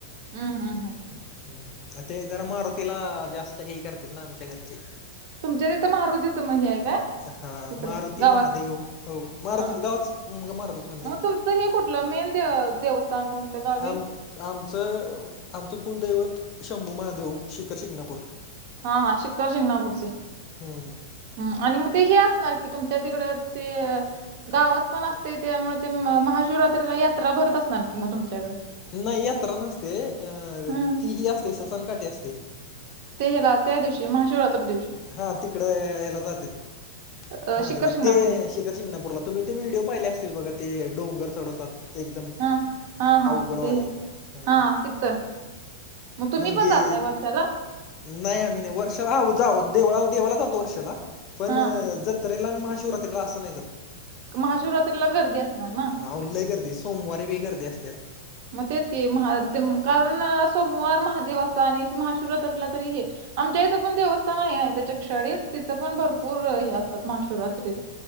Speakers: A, on the right; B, on the left.
A: ह, ह, ह
B: हम्म ते जरा मारुतीला जास्त हे करते ना आमच्या घरचे
A: तुमच्या त इथं मारुतीचं म्हणजे आहे काय
B: हा
A: तिकडं
B: मारुती
A: गावात
B: महादेव हो मारुतीच
A: ह
B: गावात मारुतीच मंदिर
A: म तुमचं हे कुठलं मेन दे देवस्थ ता कोणत गाव
B: आम आमचं आमचं कुलदैवत शंभू महादेव शिखर शिंगणापूर
A: हा, हा शिखर शिंगणापूरचे
B: हम्म
A: हम्म आणि म ते हे असणार कि तुमच्या तिकड ते गावात पण असते ते त्यामुळे ते महाशिवरात्रीला यात्रा भरत असणार कि म तुमच्याइकड
B: नाही यात्र नसते अ
A: हं.
B: तीही असते ससनकाठीे असते
A: ते ह्यला त्या दिवशी महाशिवरात्र दिवशी
B: हा तिकड ह्याला जातेत
A: अ,
B: महादेवाला
A: शिखर शिंगणापूरला.
B: ते शिक शिंगणापूरला तुम्ही ते व्हिडिओ पाहिले असतील बघ ते डोंगर चढवतात एकदम
A: हां. हां, हां.
B: आवगडवाले
A: ते
B: ह
A: हां, तिथं. मग तुम्ही
B: मुंगे
A: पण जाताय वर्षाला?
B: नाही आम्ही नाही वर्षाला हा जाऊ देळाला देवाला जातो वर्षाला पण
A: हां.
B: जत त्रेला आन महाशिवरात्रीला असं नाही जात
A: महाशिवरात्रीला गर्दी असणार ना.
B: आहो लय गर्दी सोमवारी पे हे कर असते अस.
A: मेज क महादम कारण सोमवार महादेवाचा आणि महाशुरातरला तरी हे आमच्या इथं पण देवस्थ नाही नाही त्याच्या क्षळेत तिथं पण भरपूर हे असतात महाशिवरात्रीला.